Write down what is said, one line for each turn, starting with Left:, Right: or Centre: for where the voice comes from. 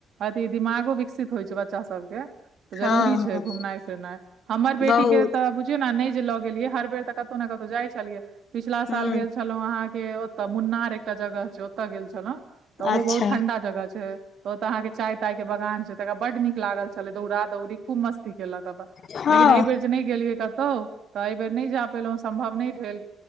Right: अथी दिमागो विकसित होइ छै बच्चा सब केँ तऽ जरूरी
Left: हँ
Right: छै
Left: हँ
Right: घुमनाइ फिरनाइ हमर बेटी
Left: बहुत
Right: केँ तऽ बुझियो नै जे लऽ गेलियै हर बेर तऽ कतौ न कतौ जाइ छलियै पिछला
Left: हँ
Right: साल गेल छलौ अहाँ केँ तऽ मुन्नार एकटा जगह छै ओतय गेल छलौ तऽ ओहो
Left: अच्छा
Right: बहुत ठंडा जगह छै ओते अहाँ केँ चाय ताय केँ बगान छै तऽ एकरा बड नीक लागल छले दौड़रा दौरी खूब मस्त केलक अपन
Left: हँ
Right: लेकिन आइ बेर जे नै गेलियै कतौ तऽ ऐ बेर नै जा पाइलु सम्भव नै भेल